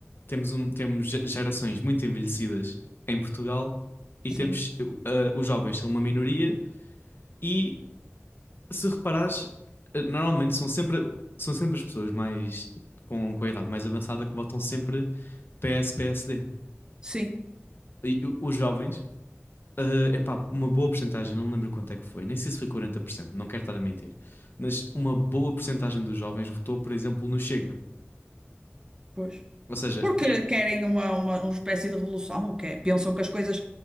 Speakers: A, on the left; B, on the right.
A: temos um, temos ge- gerações muito envelhecidas em Portugal e
B: Sim,
A: temos eh, os jovens são uma minoria e se reparares eh, normalmente são sempre são sempre as pessoas mais com, com a idade mais avançada que votam sempre PS, PSD.
B: sim,
A: E o- os jovens é epá, uma boa porcentagem, não me lembro quanto é que foi, nem sei se foi quarenta por cento não quero estar a mentir, mas uma boa porcentagem dos jovens votou, por exemplo, no Chega.
B: pois.
A: Ou seja,
B: Porque
A: e
B: querem uma, uma, uma espécie de revolução, que é- pensam que as coisas